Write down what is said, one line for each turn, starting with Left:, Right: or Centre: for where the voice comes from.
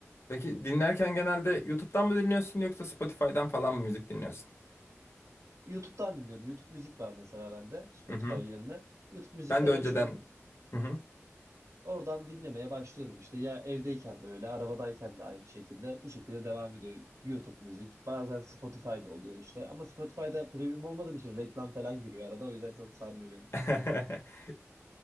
Left: Peki dinlerken genelde YouTube'dan mı dinliyorsun yoksa Spotify'dan falan mı müzik dinliyorsun?
Right: YouTube'dan dinliyorum. YouTube müzik var mesela bende Spotify
Left: Hı hı.
Right: yerine. YouTube müzikten
Left: Ben de önceden...
Right: açıyorum.
Left: Hı hı.
Right: Oradan dinlemeye başlıyorum işte. Ya evdeyken de öyle, arabadayken de aynı şekilde. Bu şekilde devam ediyor YouTube müzik. Bazen Spotify'da oluyor işte. Ama Spotify'da premium olmadığım için reklam falan giriyor arada. O yüzden çok sarmıyor beni.
Left: <laughs>